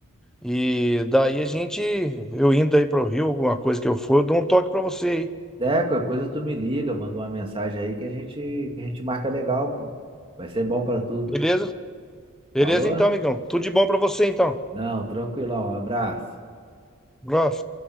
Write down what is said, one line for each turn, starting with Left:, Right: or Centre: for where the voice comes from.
Centre: E daí a gente, eu indo aí pro Rio, alguma coisa que eu for, eu dou um toque pra você aí.
Right: É, qualquer coisa tu me liga, manda uma mensagem aí que a gente, que a gente marca legal, pô. Vai ser bom pra tu.
Centre: Beleza? Beleza
Right: Falou?
Centre: então, amigão. Tudo de bom pra você então.
Right: Não, tranquilão. Um abraço.
Centre: Um abraço.